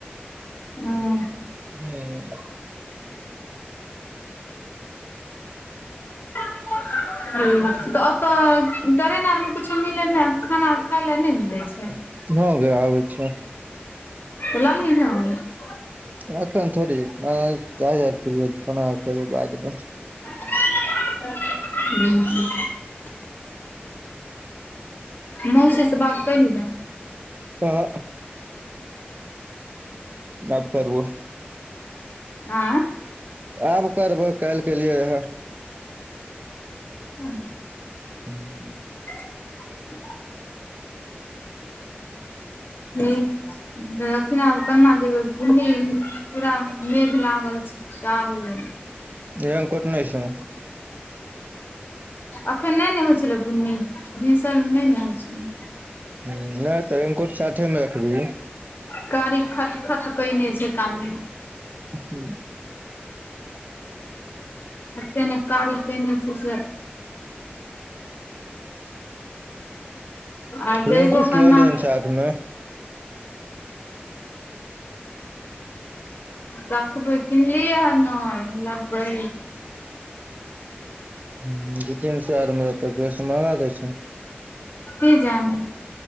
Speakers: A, on the left; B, on the right.
A: ह
B: उं
A: <unintelligible> ह तऽ ओतऽ टरेन आरमे कुछो मिले ने खाना खााय ले नहि मिले छै तऽ
B: भ गै आबय छै
A: ल लिहिन हं
B: आखन थोरी बादमे
A: हू मौसी से बात कली ये
B: तऽ आब करबो
A: आँ
B: आब करबै काल्हि कलियए रहे
A: हू
B: <unintelligible>
A: <unintelligible> हू देखि न आब केना जेबई बुनी पूरा मेघ लागल चालू अय
B: रेन कोट नइ छो
A: अखन नइ न होइ छलै बुन्नी भिनसर मे नइ न होइ छलै
B: ह नइ तऽ रेनकोट साथे म रखबही
A: कारी खट खट कने छै कान
B: हु
A: एते न कारी केने छै से अ जैबो
B: रेनकोट
A: कन्ना
B: लऽ लिहन साथ मे
A: देखबै किनलिए हन नैय बै
B: हू दू तीन सै आर मे देते की ओसे महँगा दै छै
A: की जानी